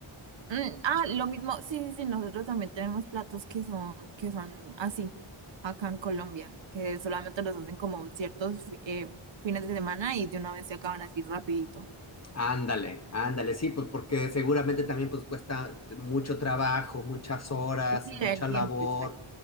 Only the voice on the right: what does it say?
Mm, ah, lo mismo, sí, sí, sí, nosotros también tenemos platos que son, que son así, acá en Colombia, que solamente los hacen como ciertos fi- eh, fines de semana y de una vez se acaban así rapidito.
Es que
el tiempo,
exacto.